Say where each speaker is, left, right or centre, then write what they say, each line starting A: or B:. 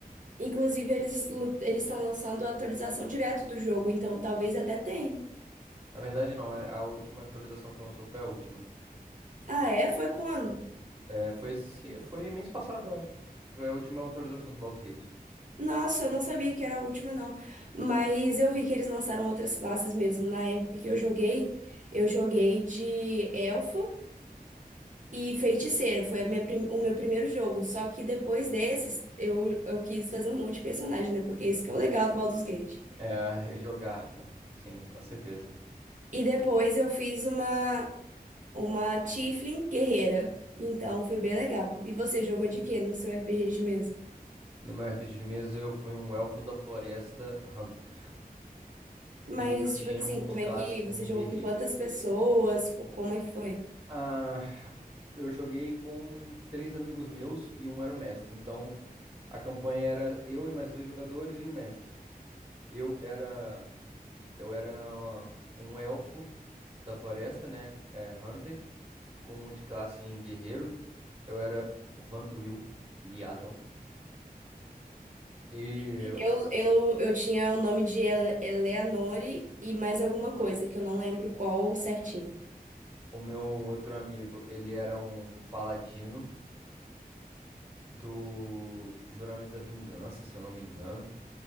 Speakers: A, on the right; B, on the right.
A: inclusive eles lu- eles estão lançando a atualização direto do jogo, então talvez até tenha.
B: Na verdade, não. é- A última atualização que lançou foi a última.
A: Ah, é? Foi quando?
B: É, foi esse, foi mês passado, eu acho. Foi a última atualização do Baldur's Gate.
A: Nossa, eu não sabia que era a última, não. Mas eu vi que eles lançaram outras classes mesmo. Na época que eu joguei, eu joguei de elfa e feiticeira. Foi a minha prim- o meu primeiro jogo. Só que depois desses, eu, eu quis fazer um monte de personagem, né? Porque esse que é o legal do Baldur's Gate.
B: É, é jogar, né? Sim, com certeza.
A: E depois eu fiz uma, uma Tiefling guerreira. Então foi bem legal. E você jogou de quê no seu RPG de mesa?
B: No meu RPG de mesa, eu fui um elfo da floresta Hunter.
A: Mas,
B: E eu tinha
A: tipo assim,
B: multiclasse
A: como é que
B: com
A: você
B: um
A: jogou
B: guerreiro.
A: com quantas pessoas? Co- Como é que foi?
B: Ah, eu joguei com três amigos meus e um era o mestre. Então, a campanha era eu e mais dois jogadores e o mestre. Eu era, eu era um elfo da floresta, né? É, Hunter, com multiclasse em guerreiro. Eu era Vanduil Liadon. E
A: Eu, eu, eu tinha o nome de Ele- Eleanore e mais alguma coisa, que eu não lembro qual certinho.
B: o meu outro amigo, ele era um paladino. do Juramento da Vingança, se eu não me engano.